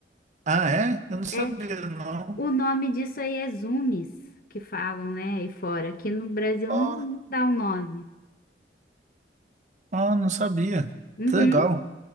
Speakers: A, on the right; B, on the left.
A: Ah, é? Eu não sabia,
B: É,
A: não.
B: o nome disso aí é zoomies, que falam, né, aí fora. Aqui no Brasil
A: Ó,
B: não, não dá um nome.
A: ó, não sabia.
B: Uhum.
A: Que legal.